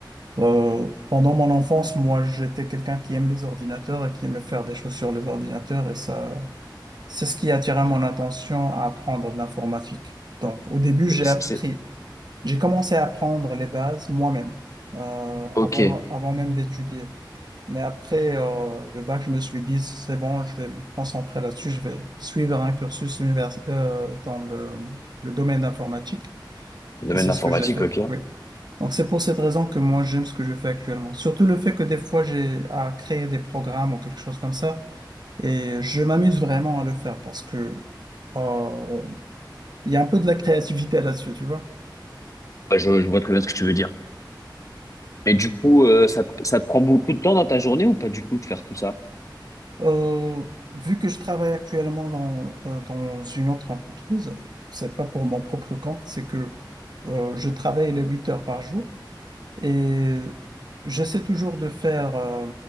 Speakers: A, on the right; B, on the left.
A: Euh, pendant mon enfance, moi, j'étais quelqu'un qui aime les ordinateurs et qui aimait faire des choses sur les ordinateurs et ça, c'est ce qui attirait mon attention à apprendre de l'informatique. Donc, au début, j'ai
B: C'est,
A: appris,
B: c'est-
A: j'ai commencé à apprendre les bases moi-même, euh,
B: Ok,
A: avant, avant même d'étudier. Mais après euh, le bac, je me suis dit, c'est bon, je vais me concentrer là-dessus, je vais suivre un cursus univers- euh, dans le, le domaine informatique.
B: domaine
A: Et c'est
B: de l'informatique,
A: ce que j'ai fait,
B: ok.
A: oui. Donc c'est pour cette raison que moi j'aime ce que je fais actuellement. Surtout le fait que des fois j'ai à créer des programmes ou quelque chose comme ça et je m'amuse vraiment à le faire parce que euh, il y a un peu de la créativité là-dessus, tu vois.
B: Bah, je, je vois très bien ce que tu veux dire. Mais du coup, euh, ça, te- ça te prend beaucoup de temps dans ta journée ou pas du tout de faire tout ça?
A: Euh, vu que je travaille actuellement dans, euh, dans une autre entreprise, c'est pas pour mon propre compte, c'est que euh, je travaille les 8 heures par jour. Et j'essaie toujours de faire, euh,